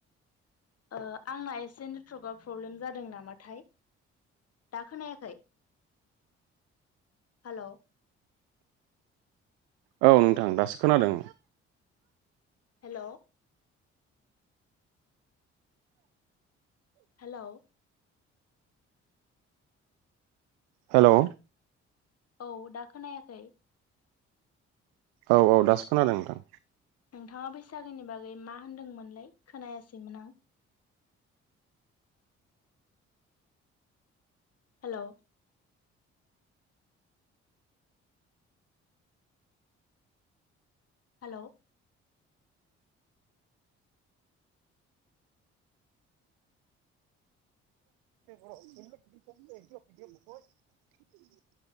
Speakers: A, on the left (about 45°); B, on the right (about 75°).
A: ओ आंना एसे नेटवर्कआव प्रब्लेम जादों नामाथाय दा खोनायाखै हेलौ,
B: औ नोंथां दासो खोनादों
A: हेलौ, हेलौ,
B: हेलौ,
A: औ दा खोनायाखै
B: औ औ दासो खोनादों नोंथां
A: नोंथाङा बैसागोनि बागै मा होनदोंमोनलाय खोनायासैमोन आं हेलौ, हेलौ,
B: <inaudible>